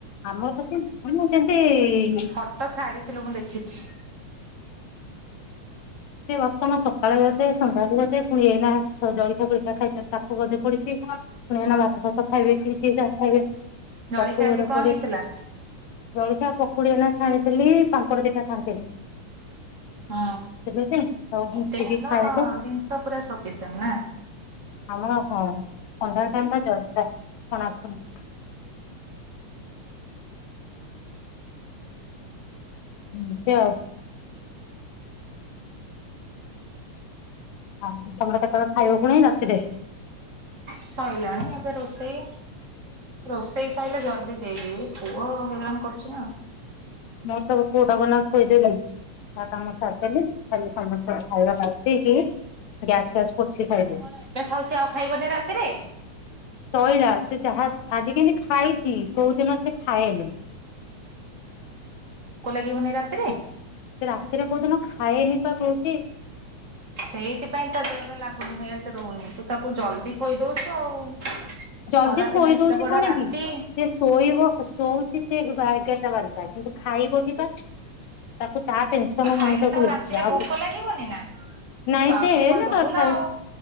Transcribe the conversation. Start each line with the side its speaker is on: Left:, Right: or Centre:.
Left: ଆମର ତ <unintelligible> ଯେମିତି।
Right: ଫଟୋ ଛାଡିଥିଲୁ ମୁଁ ଦେଖିଛି
Left: ବାସନ ସକାଳେ ଗୋଟେ ସନ୍ଧ୍ୟାବେଳେ ଗୋଟେ ପୁଣି ଏଇନା ଜଳିକା ଫଳିକା ଖାଇଚନ୍ତି ତାକୁ ବଧେ ପଡିଛି ପୁଣି ଏନା। <unintelligible> ଭାତ ଖାଇବେ କିଛି ଖାଇବେ
Right: ଜଳିଖିଆ
Left: ତାକୁ ଗୋଡେ
Right: ଆଜି କଣ
Left: ପଡିବ
Right: ହେଇଥିଲା?
Left: ଜଳଖିଆ ପକୁଡି ଏନା ଛାଣିଥିଲି ପାମ୍ପଡ଼ ଦିଟା ଛାଣିଥିଲି।
Right: ହଁ।
Left: କି ସବୁ ମିଶିକି
Right: ତେଲ
Left: ଖାଇଲୁ
Right: ଜିନିଷ ପୁରା ସଫିସିଏଣ୍ଟ ନା
Left: ଆମର ହଁ ପନ୍ଦର ଟା ଜା <unintelligible> ଏମିତି ଆଉ। ହଁ ତମର କେତେବେଳେ ଖାଇବା ପୁଣି ରାତିରେ?
Right: ସରିଲାଣି ଏବେ ରୋଷେଇ ରୋଷେଇ ସରିଲେ ଜଲଦି ଦେଇଦେବି ପୁଅ ହଇରାନ କରୁଚି ନା।
Left: ମୁଁ ତ ପୁଅ ଟା କୁ ଏନା ଖୋଇଦେଲି ତା କାମ ସାରିଦେଲି ତ ଖାଲି ସମସ୍ତଙ୍କୁ ଖାଇବା ଦେଇ ଦେଇକି ଗ୍ୟାସ ଫ୍ୟାସ ପୋଛି ସାଇଲି।
Right: ପୁଅ କଣ ଏବେ ଖାଉଚି ଆଉ ଖାଇବନି ରାତିରେ?
Left: ଶଇଲା ସେ ଯାହା ଆଜି କେନ୍ତି ଖାଇଚି କୋଉଦିନ ସେ ଖାଏନି।
Right: ବନି ରାତିରେ?
Left: ସେ ରାତିରେ କୋଉ ଦିନ ଖାଏନି ପା କହୁ
Right: ସେଇଥିପାଇଁ ତା ଦେହରେ ଲାଗୁନି ହେଲଥ ରହୁନି ତୁ ତା ତାକୁ ଜଲଦି କହିଦଉଚୁ ଆଉ।
Left: ଜଲଦି
Right: ଖରା
Left: ଖୋଇ
Right: ଦିନ ଏତେ
Left: ଦଉଛି
Right: ବଡ
Left: କଣ
Right: ରାତି
Left: କି ସେ ଶୋଇବ ଶୋଉଛି ସେ ବା ଏଗାରଟା ବାରଟା- ଖାଇବ ନି ପା ତାକୁ ଚା- ସନ
Right: ଖାଇଲେ
Left: ମଣିଷକୁ
Right: ତ ଆଉ ରାତିରେ
Left: ଆଉ
Right: ଭୋକ ଲାଗିବନି ନା।
Left: ନାଇଁ
Right: ତ ଆଉ
Left: ସେ
Right: ଟିକେ କଣ ଦବୁ ନା
Left: ଖାଇ
Right: ଆଉ